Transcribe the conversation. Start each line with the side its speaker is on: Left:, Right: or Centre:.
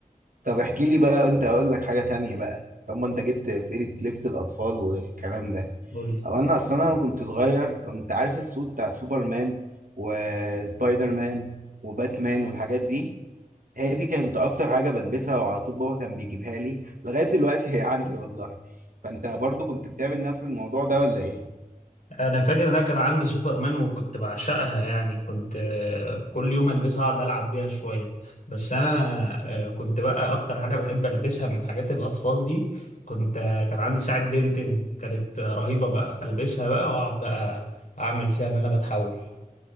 Right: طب احكي لي بقى وانت اقول لك حاجه تانية بقى طب ما انت جبت سيره لبس الاطفال والكلام ده
Left: قول لي
Right: او انا اصلا انا كنت صغير كنت عارف السود بتاع سوبرمان وسبايدر مان وباتمان والحاجات دي هي دي كانت اكتر حاجه بلبسها وعلى طول بابا كان بيجيبها لي لغايه دلوقتي هي عندي والله فانت برضو كنت بتعمل نفس الموضوع ده ولا ايه
Left: انا فاكر ان انا كان عندي سوبرمان وكنت بعشقها يعني كنت آه، كل يوم البسها اقعد العب بيها شويه بس انا آه، كنت بقى اكتر حاجه بحب البسها من حاجات الاطفال دي كنت آه، كان عندي ساعه بنتن كانت آه، رهيبه بقى البسها بقى واقعد بقى اعمل فيها ان انا بتحول